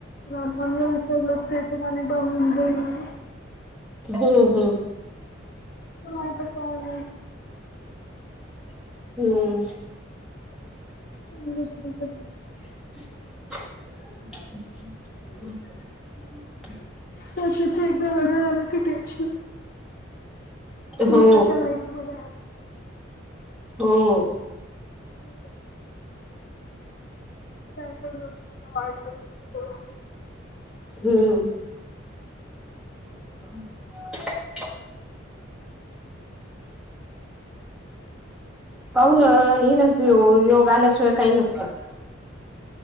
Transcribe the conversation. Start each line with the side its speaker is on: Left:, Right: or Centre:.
Left: ब्राह्मणला चलत ते तुम्हाला बघून जाईल म्हणे.
Centre: हम्म हम्म.
Left: हं आता काय नाही.
Centre: हम्म.
Left: सांगितली तर
Centre: <unintelligible>
Left: त्या तिथं एकदा लग्न झालं की टेन्शन तो
Centre: हो
Left: त्याच्या लाईफ मध्ये आ
Centre: हो.
Left: <inaudible> <unintelligible>
Centre: हम्म. <inaudible> पाहु ना इल अस यो - योग आल्याशिवाय काही नसतं.